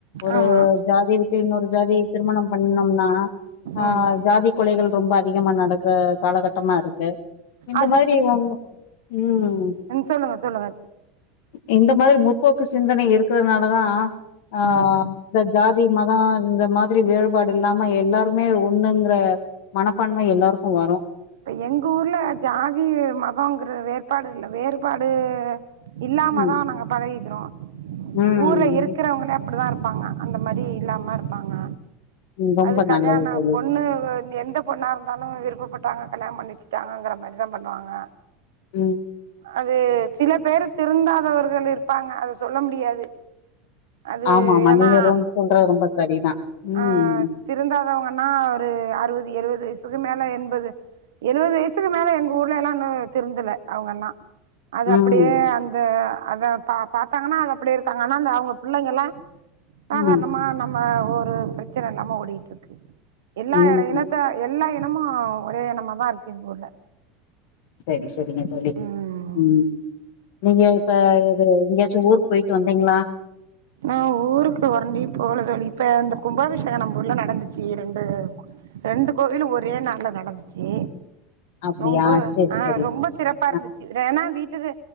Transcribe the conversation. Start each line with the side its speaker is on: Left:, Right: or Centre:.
Left: ஒரு
Right: ஆமாம்
Left: ஜாதி விட்டு இன்னொரு ஜாதி திருமணம் பண்ணோம்னா ஆ
Right: ம்
Left: ஜாதி கொலைகள் ரொம்ப அதிகமா நடக்குற காலகட்டமா இருக்கு இந்த
Right: அது
Left: மாதிரி வருவாங்ளா உம்
Right: சொல்லுங்க சொல்லுங்க
Left: இந்த மாரி முற்போக்கு சிந்தனை இருக்கிறதுனால தா அ
Right: ம்
Left: இந்த ஜாதி மதோ இந்த மாதிரி வேறுபாடு இல்லாம எல்லாருமே ஒண்ணுங்கிற மனப்பான்மை எல்லாருக்கு வரு
Right: இப்ப எங்க ஊர்ல ஜாதி மதம்ங்கிற வேறுபாடு இல்ல வேறுபாடு இல்லாமதா
Left: ம்
Right: நாங்க பழகிக்கிறோ
Left: ம்
Right: ஊர்ல இருக்கிறவங்களே அப்டிதா இருப்பாங்க அந்த மாரி இல்லாம இருப்பாங்க
Left: ம், ரொம்ப
Right: அது
Left: நல்லது
Right: கல்யாணோ
Left: தோழி
Right: பொண்ணு எந்த பொண்ணா இருந்தாலு விருப்பப்பட்டாங்க கல்யாணோ பண்ணி வச்சுட்டாங்கங்கிற மாதிரிதா பண்ணுவாங்க
Left: உம்
Right: அது சில பேரு திருந்தாதவர்கள் இருப்பாங்க அத சொல்ல முடியாது அது
Left: ஆமா ஆமா
Right: ஏனா
Left: நீங்க ரொம் சொல்றது ரொம்ப சரிதா ம்
Right: ஆ திருந்தாதவங்கனா ஒரு அறுபது எழுபது வயசுக்கு மேல எண்பது எழுவது வயசுக்கு மேல எங்க ஊர்லல்லா இன்னு திருந்தல அவங்கல்லா அது
Left: ம்
Right: அப்டியே அந்த அத பா பாத்தாங்கனா அது அப்டியே இருக்காங்க ஆனா அந்த அவங்க பிள்ளைங்கல்லா சாதாரணமா
Left: ம்
Right: நம்ம ஒரு பிரச்சன இல்லாம ஓடிட்டு இருக்கு என்னா
Left: ம்
Right: என்னத்த எல்லா இனமு ஒரே இனமாதா இருக்கு எங்கூர்ல
Left: சரி சரிங்க தோழி
Right: ம்
Left: உம் நீங்க இப்ப எது எங்கேயாச்சு ஊருக்கு போய்ட்டு வந்தீங்ளா
Right: நா ஊருக்கு உரண்டியு போல தோழி இப்ப இந்த கும்பாபிஷேக நம்பூர்ல நடந்துச்சு ரெண்டு ரெண்டு கோவிலு ஒரே நாள்ல நடந்துச்சு
Left: அப்டியா
Right: ரொம்ப
Left: சரி
Right: ஆஹ்
Left: சரி
Right: ரொம்ப சிறப்பா இருந்துச்சு
Left: ஆ
Right: ரேனா வீட்டுக்கு